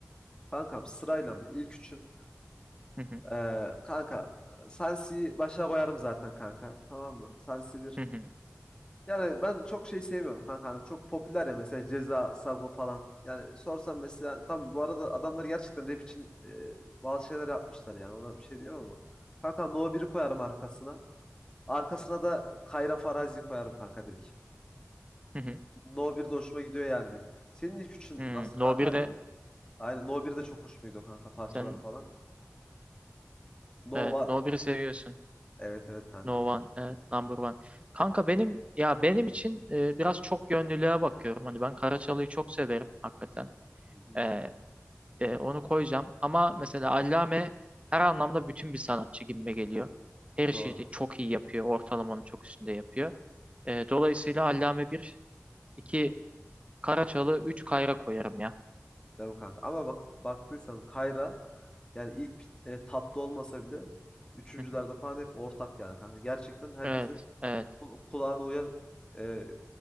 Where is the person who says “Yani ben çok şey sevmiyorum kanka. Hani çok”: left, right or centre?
Left